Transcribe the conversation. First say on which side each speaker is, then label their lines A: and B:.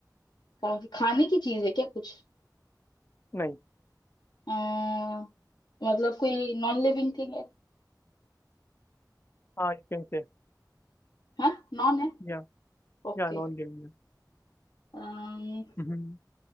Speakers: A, on the left; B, on the left.
A: काफी खाने की चीज है क्या कुछ
B: नहीं
A: आ, मतलब कोई नॉन लिविंग थिंग है
B: हाँ यू कैन से
A: हाँ नॉन है
B: या
A: ओके
B: या नॉन गेमिंग है
A: अम्म
B: हम्म,